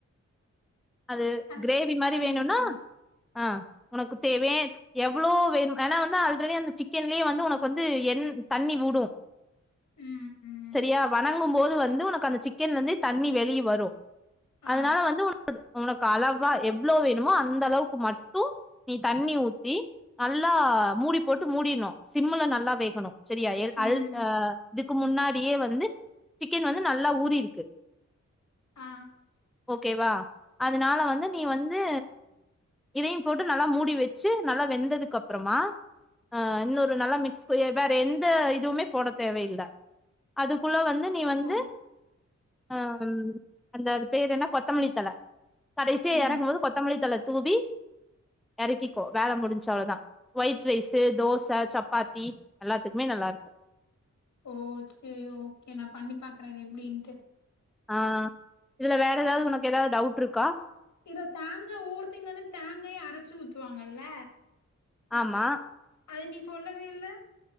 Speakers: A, in the centre; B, on the left.
A: அது
B: தண்
A: க்ரேவி மாரி
B: தண்ணி
A: வேணுனா
B: ஊத்துறதா
A: ஆ ஒனக்கு தேவே எவ்ளோ வேணு ஏனா வந்து ஆல்ரெடி அந்த சிக்கன்லயே வந்து ஒனக்கு வந்து எண் தண்ணி வுடு
B: ம் ம்
A: செரியா வணங்கம்போது வந்து ஒனக்கு அந்த சிக்கன்லந்தே தண்ணி வெளிய வரு
B: ஆ
A: அதனால வந்து ஒ ஒனக்கு அளவா எவ்ளோ வேணுமோ அந்தளவுக்கு மட்டு நீ தண்ணி ஊத்தி நல்லா மூடி போட்டு மூடிணு சிம்முல நல்லா வேகணு செரியா எல்
B: ம்
A: அல் ஆ இதுக்கு முன்னாடியே வந்து சிக்கன் வந்து நல்லா ஊறிருக்கு
B: ஆ
A: ஓகேவா அதனால வந்து நீ வந்து இதையு போட்டு நல்லா மூடி வச்சு நல்லா வெந்ததுக்கப்றமா ஆ இன்னொரு நல்லா மிக்ஸ் வேற எந்த இதுவ்மே போட தேவயில்ல அதுக்குள்ள வந்து நீ வந்து
B: ஓ
A: ஆ ம் அந்த அது பேர் என்ன கொத்தமல்லி தழ கடைசியா
B: ம்
A: எறக்கும்போது கொத்தமல்லி தழ தூவி எறக்கிக்கோ வேல முடின்ச்சு அவ்ள தா வொய்ட் ரைஸு தோச சப்பாத்தி எல்லாத்துக்குமே நல்லாருக்கு
B: ஓ சேரி ஓகே நா பண்ணி பாக்குறே இது எப்டின்ட்டு
A: ஆ இதுல வேற எதாவ்து ஒனக்கு எதாவ்து டவுட்ருக்கா
B: இத தேங்கா ஒவ்வொருத்தைங்க வந்து தேங்காய அரச்சு ஊத்துவாங்கல்ல
A: ஆமா
B: அது நீ சொல்லவே இல்ல